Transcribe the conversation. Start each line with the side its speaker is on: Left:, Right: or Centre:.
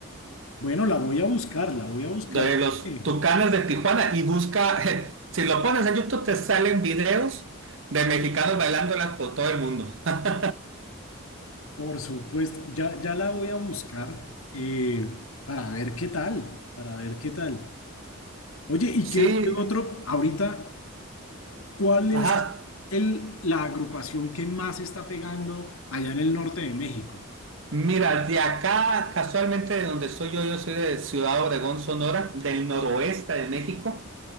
Left: Bueno, la voy a buscar, la voy a buscar.
Right: de
Left: porque,
Right: los Tucanes de Tijuana y busca, <laughs> si lo pones en YouTube te salen videos de mexicanos bailándolas por todo el mundo. <laughs>
Left: por supuesto, ya, ya la voy a buscar eh, para ver qué tal, para ver qué tal. Oye, ¿y
Right: Sí,
Left: qué, qué otro? Ahorita, ¿cuál es
Right: ajá.
Left: el, la agrupación que más está pegando allá en el norte de México?
Right: Mira, de acá, casualmente de donde soy yo, yo soy de Ciudad Obregón, Sonora, del noroeste de México,